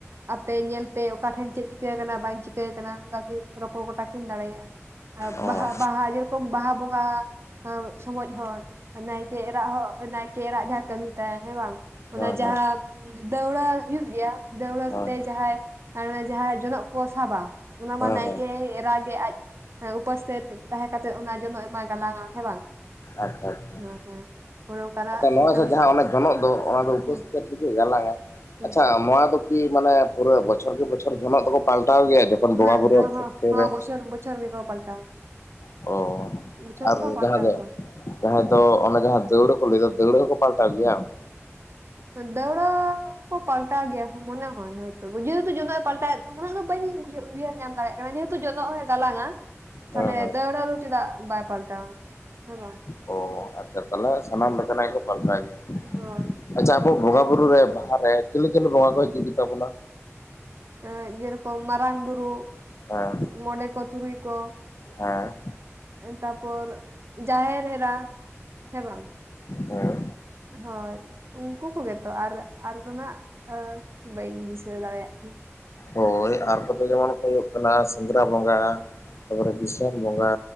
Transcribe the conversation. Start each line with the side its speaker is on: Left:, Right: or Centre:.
Right: ᱟᱯᱮ ᱧᱮᱞ ᱯᱮ ᱚᱠᱟ ᱴᱷᱮᱱ ᱪᱮᱫ ᱪᱤᱠᱟᱹ ᱠᱟᱱᱟ ᱵᱟᱹᱧ ᱪᱤᱠᱟᱹ ᱠᱟᱱᱟ ᱚᱱᱠᱟᱠᱤᱱ ᱨᱚᱯᱚᱲ ᱜᱚᱴᱟ ᱠᱤᱱ ᱫᱟᱲᱮᱭᱟᱜᱼᱟ᱾
Left: ᱚ
Right: ᱵᱟᱦᱟ ᱵᱟᱦᱟ ᱡᱮ ᱨᱚᱠᱚᱢ ᱵᱟᱦᱟ ᱵᱚᱸᱜᱟ ᱥᱚᱢᱚᱡ ᱦᱚᱸ ᱱᱟᱭᱠᱮ ᱮᱨᱟᱜ ᱦᱚᱸ ᱱᱟᱭᱠᱮ ᱮᱨᱟᱜ ᱡᱟᱦᱟᱸ ᱠᱟᱹᱢᱤ ᱛᱟᱭ ᱦᱮᱸ ᱵᱟᱝ ᱚᱱᱟ
Left: ᱦᱮᱸ ᱦᱮᱸ
Right: ᱡᱟᱦᱟᱸ ᱫᱟᱹᱣᱲᱟ ᱦᱩᱭᱩᱜ ᱜᱮᱭᱟ ᱫᱟᱹᱣᱲᱟ
Left: ᱦᱮᱸ
Right: ᱥᱟᱛᱮᱜ ᱡᱟᱦᱟᱸᱭ ᱡᱟᱦᱟᱸ ᱡᱚᱱᱚᱜ ᱠᱚ ᱥᱟᱵᱟ ᱚᱱᱟ ᱢᱟ
Left: ᱦᱮᱸ
Right: ᱱᱟᱭᱠᱮ
Left: ᱦᱮᱸ
Right: ᱮᱨᱟ ᱜᱮ ᱟᱡ ᱦᱮᱸ ᱩᱯᱚᱥ ᱛᱮ ᱛᱟᱦᱮᱸ ᱠᱟᱛᱮᱜ ᱚᱱᱟ ᱡᱚᱱᱚᱜ ᱮ ᱢᱟᱭ ᱜᱟᱞᱟᱝᱼᱟ ᱦᱮᱸ ᱵᱟᱝ?
Left: ᱟᱪᱪᱷᱟ ᱟᱪᱪᱷᱟ᱾
Right: ᱦᱮᱸ ᱦᱮᱸ ᱚᱱᱮ ᱚᱱᱠᱟᱱᱟᱜ
Left: ᱟᱪᱪᱷᱟ ᱱᱚᱣᱟ
Right: ᱠᱟᱹᱢᱤ
Left: ᱡᱟᱦᱟᱸ ᱚᱱᱟ ᱡᱚᱱᱚᱜ ᱫᱚ ᱚᱱᱟ ᱫᱚ ᱩᱯᱟᱹᱥ
Right: ᱦᱮᱸ
Left: ᱠᱟᱛᱮ ᱜᱮ ᱜᱟᱞᱟᱝᱼᱟᱭ᱾
Right: ᱦᱮᱸ
Left: ᱟᱪᱪᱷᱟ ᱱᱚᱣᱟ ᱫᱚ ᱠᱤ ᱢᱟᱱᱮ ᱯᱩᱨᱟᱹ ᱵᱚᱪᱷᱚᱨ ᱜᱮ ᱵᱚᱪᱷᱚᱨ ᱡᱚᱱᱚᱜ ᱫᱚᱠᱚ ᱯᱟᱞᱴᱟᱣ ᱜᱮᱭᱟ? ᱵᱚᱸᱜᱟ
Right: ᱦᱮᱸ
Left: ᱵᱩᱨᱩᱣᱟᱜ
Right: ᱦᱮᱸ
Left: ᱛᱤᱨᱮ
Right: ᱦᱮᱸ ᱵᱚᱪᱷᱚᱨ ᱵᱚᱪᱷᱚᱨ ᱜᱮᱠᱚ ᱯᱟᱞᱴᱟᱣᱟ
Left: <unintelligible> ᱚ
Right: ᱵᱚᱪᱷᱚᱨ
Left: ᱟᱨ
Right: ᱜᱮᱠᱚ ᱯᱟᱞᱴᱟᱣᱟ
Left: ᱡᱟᱦᱟᱸ ᱫᱚ
Right: ᱛᱚ
Left: ᱡᱟᱦᱟᱸᱭ ᱫᱚ ᱚᱱᱮ ᱡᱟᱦᱟᱸ ᱫᱟᱹᱣᱲᱟᱹ ᱠᱚ ᱞᱟᱹᱭ ᱫᱚ ᱫᱟᱹᱣᱲᱟᱹ ᱦᱚᱸᱠᱚ ᱯᱟᱞᱴᱟᱣ ᱜᱮᱭᱟ ᱦᱟᱝ?
Right: ᱫᱟᱹᱣᱲᱟ ᱠᱚ ᱯᱟᱞᱴᱟᱣ ᱜᱮᱭᱟ ᱢᱚᱱᱮ ᱦᱳᱭ ᱦᱳᱭ ᱛᱳ ᱡᱮᱦᱩᱛᱩ ᱡᱚᱱᱚᱜ ᱯᱟᱞᱴᱟ <unintelligible> <unintelligible> ᱚᱱᱟ ᱫᱚ ᱵᱟᱹᱧ <unintelligible> ᱩᱭᱦᱟᱹᱨ ᱧᱟᱢ ᱫᱟᱲᱮᱭᱟᱜ ᱠᱟᱱᱟ ᱡᱮᱦᱮᱛᱩ ᱡᱚᱱᱚᱜ ᱦᱚᱸᱭ ᱜᱟᱞᱟᱝᱼᱟ, ᱛᱟᱦᱚᱞᱮ
Left: ᱦᱮᱸ ᱦᱮᱸ
Right: ᱫᱟᱹᱣᱲᱟᱹ ᱫᱚ ᱪᱮᱫᱟᱜ ᱵᱟᱭ ᱯᱟᱞᱴᱟᱣᱟ? ᱦᱮᱸ ᱵᱟᱝ,
Left: ᱚ ᱟᱪᱪᱷᱟ ᱛᱟᱦᱞᱮ ᱥᱟᱱᱟᱢ
Right: ᱦᱮᱸ
Left: ᱞᱮᱠᱟᱱᱟᱜ ᱜᱮ ᱠᱚ ᱯᱟᱞᱴᱟᱣ ᱜᱮᱭᱟ,
Right: ᱦᱳᱭ
Left: ᱟᱪᱪᱷᱟ ᱟᱵᱚ ᱵᱚᱸᱜᱟᱵᱩᱨᱩ ᱨᱮ ᱵᱟᱦᱟ ᱨᱮ ᱪᱤᱞᱤ ᱪᱤᱞᱤ ᱵᱚᱸᱜᱟ ᱠᱚ ᱦᱤᱡᱩᱜ ᱜᱮ ᱛᱟᱵᱚᱱᱟ?
Right: ᱮᱸ, ᱡᱮᱨᱚᱠᱚᱢ ᱢᱟᱨᱟᱝᱵᱩᱨᱩ,
Left: ᱦᱮᱸ
Right: ᱢᱚᱬᱮ ᱠᱚ, ᱛᱩᱨᱩᱭ ᱠᱚ,
Left: ᱦᱮᱸ,
Right: ᱛᱟᱯᱚᱨ ᱡᱟᱦᱮᱨ ᱮᱨᱟ, ᱦᱮᱸ ᱵᱟᱝ,
Left: ᱦᱮᱸ
Right: ᱦᱳᱭ, ᱩᱱᱠᱩ ᱠᱚᱜᱮᱛᱚ ᱟᱨ ᱟᱨ ᱫᱚ ᱱᱟᱜ ᱟᱨ ᱵᱟᱹᱧ ᱫᱤᱥᱟᱹ ᱫᱟᱲᱮᱭᱟᱜ ᱠᱟᱱᱟ
Left: ᱦᱳᱭ ᱟᱨ ᱠᱚᱫᱚ ᱡᱮᱢᱚᱱ ᱠᱚ ᱦᱩᱭᱩᱜ ᱠᱟᱱᱟ ᱥᱮᱸᱫᱽᱨᱟ ᱵᱚᱸᱜᱟ, ᱛᱟᱯᱚᱨᱮ ᱫᱤᱥᱚᱱ ᱵᱚᱸᱜᱟ